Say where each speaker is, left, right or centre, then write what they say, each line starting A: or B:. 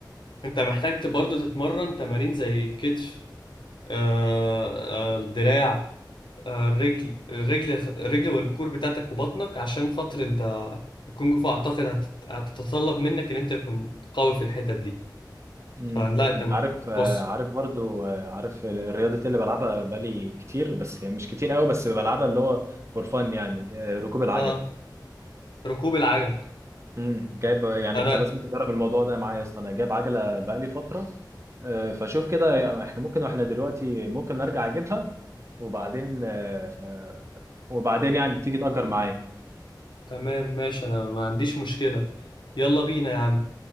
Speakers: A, on the left; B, on the right.
A: انت محتاج ت- برضه تتمرن تمارين زي كتف آه آه الدراع آه الرجل الرجل الرجل والكور بتاعتك وبطنك عشان خاطر انت الكونج فو اعتقد هت- هتتطلب منك ان انت تكون قوي في الحتت دي
B: امم
A: فلا انت
B: انت
A: مح-
B: عارف آه،
A: بص
B: عارف برضو آه، عارف ال- الرياضه اللي بلعبها بقالي كتير بس يعني مش كتير قوي بس بلعبها اللي هو فور فان يعني آه، ركوب العجل
A: آه ركوب العجل
B: امم جايب يعني
A: انا
B: انت لازم تجرب الموضوع ده معايا يا اسطى انا جايب عجله بقالي فتره آه، فشوف كده احنا ممكن واحنا دلوقتي ممكن ارجع اجيبها وبعدين آه، آه، وبعدين يعني تيجي تأجر معايا
A: تمام ماشي انا ما عنديش مشكلة يلا بينا يا عم